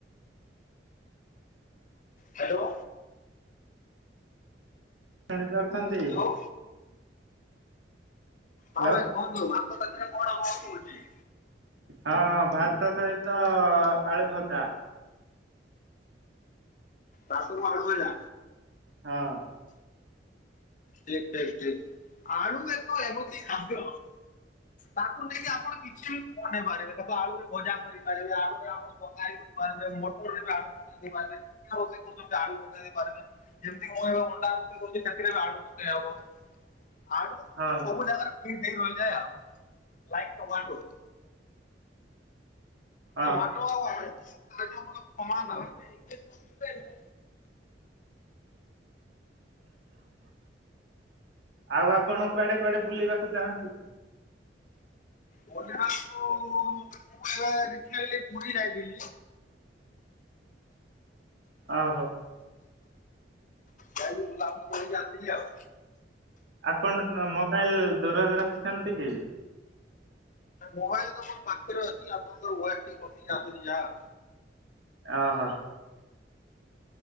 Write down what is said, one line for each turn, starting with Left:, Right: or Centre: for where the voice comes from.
Left: ହ୍ୟାଲୋ।
Right: ଶୁଣି ପାରୁଛନ୍ତି?
Left: ହ୍ୟାଲୋ ହଁ ହଉ
Right: ହ୍ୟାଲୋ
Left: କୁହନ୍ତୁ ଭାତ ପାଖରେ କଣ ହବ କଉ କହୁଛି?
Right: ହଁ ହଁ ଭାତ ସହିତ ଆଳୁ ଭଜା
Left: ଭାତ କୁ ଆଲୁଭଜା
Right: ହଁ।
Left: ଠିକ ଠିକ୍ ଠିକ୍ ଆଳୁ ଏକ ଏମିତି ଖାଦ୍ୟ ତାକୁ ନେଇକି ଆପଣ କିଛି ବନେଇ ପାରିବେ ତାକୁ ଆଳୁରେ ଭଜା କରିପାରିବେ ଆଳୁରେ ଆପଣ କରିପାରେ ମଟରେ ବି ଆଳୁ ପକେଇ ଦେଇ ପାରିବେ କରୁଛନ୍ତି ଆଳୁ ପକେଇ ଦେଇ ପାରିବେ ଯେମିତିକି ମୁଁ ଏ ଅଣ୍ଡା କହୁଛି ସେଥିରେ ଆଳୁ ପକେଇ ହବ ଆଳୁ
Right: ହଁ
Left: ସବୁ ଜାଗାରେ ସେ ରହିଯା ଆଉ ଲାଇକ ଟମାଠୁ
Right: ହଁ
Left: ଟମାଟ ଆଳୁ ଟି କହିବାକୁ ଗଲେ ସମାନ ବୁଲିବାକୁ ମୁଁ ଏବେ
Right: ଆଉ ଆପଣ କୁଆଡେ କୁଆଡେ ବୁଲିବାକୁ ଯାଆନ୍ତି?
Left: ବୁଲିବାକୁ ମୁଁ ଏବେ ରିସେଣ୍ଟ୍ଲି ପୁରୀ ଯାଇଥିଲି
Right: ଓହୋ।
Left: ଯାଇକି ବୁଲାବୁଲି କରକି ଆସିଲି ଆଉ
Right: ଆପଣ ମୋବାଇଲ ଦୂରରେ ରଖିଛନ୍ତି କି?
Left: ମୋବାଇଲ ତ ମୋ ପାଖରେ ଅଛି ଆପଣଙ୍କର ୱାଡ୍ ଟିକେ କଟିଯାଉଚି ଯାହା
Right: ଓହୋ।